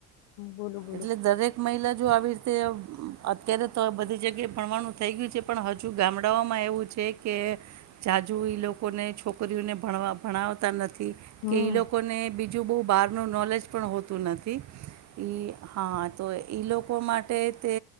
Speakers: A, on the left; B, on the right.
A: બોલું બોલું
B: એટલે દરેક મહિલા હજુ આવી રીતે અત્યારે તો બધી જગ્યાએ ભણવાનું થઈ ગયું છે પણ હજુ ગામડાઓમાં એવું છે કે જાજુ એ લોકોને છોકરીઓને ભણવા ભણાવતા નથી.
A: હમ
B: કે એ લોકોને બી જો બહુ બહાર નું નોલેજ પણ હોત તો નથી એ હા તો એ લોકો માટે તે